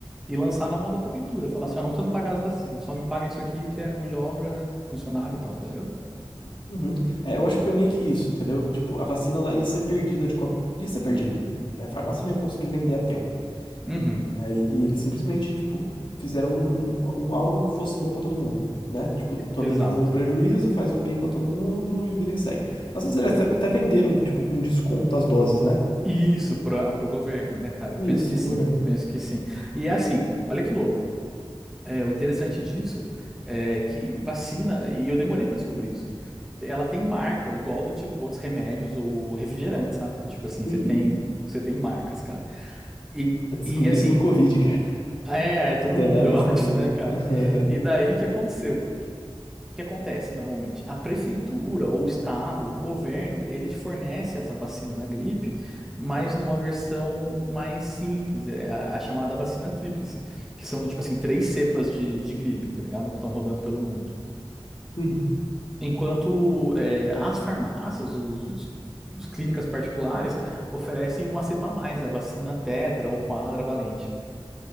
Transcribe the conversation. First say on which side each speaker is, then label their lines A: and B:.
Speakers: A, in the centre; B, on the left (about 60°).
A: e lançar na mão da prefeitura. Falar assim, ó, não precisa me pagar as vacinas, só me paga isso aqui que é mão de obra, funcionário e tal, tá ligado?
B: Uhum. É, eu acho que foi meio que isso, entendeu? Tipo, a vacina ela ia ser perdida de qual... ia ser perdida,
A: Uhum.
B: né? A farmácia não ia conseguir vender a tempo.
A: Uhum.
B: E aí e eles simplesmente, tipo, fizeram um, um, um algo que fosse bom pra todo mundo, né? Tipo, tu
A: e- Exato.
B: ameniza meu prejuízo, faz um bem pra todo mundo e vida que segue. Às vezes eles até, até venderam, tipo, com desconto as doses, né?
A: Isso para o governo, né, cara? Eu
B: Isso,
A: penso que
B: pro
A: sim,
B: governo.
A: penso que sim. E é assim, olha que louco. É, o interessante disso é que vacina, e eu demorei para descobrir isso, ela tem marca, igual do tipo outros remédios ou refrigerantes, sabe? Do Tipo assim,
B: Sim.
A: você tem, você tem marcas, cara. E,
B: Eu descobri
A: e assim,
B: isso no Covid, cara.
A: é, é todo
B: Até
A: mundo,
B: lá eu nem
A: eu <laughs> acho,
B: sabia.
A: né, cara?
B: <laughs>
A: E daí o que aconteceu? O que acontece normalmente? A prefeitura, ou o estado, o governo, ele te fornece essa vacina da gripe, mas numa versão mais simples, é a, a chamada vacina tríplice, que são do tipo assim, três cepas de, de gripe, tá ligado? Que estão rodando pelo mundo.
B: Uhum.
A: Enquanto é, as farmácias, os, os- os clínicas particulares, oferecem uma cepa a mais, a vacina tetra ou quadra valente.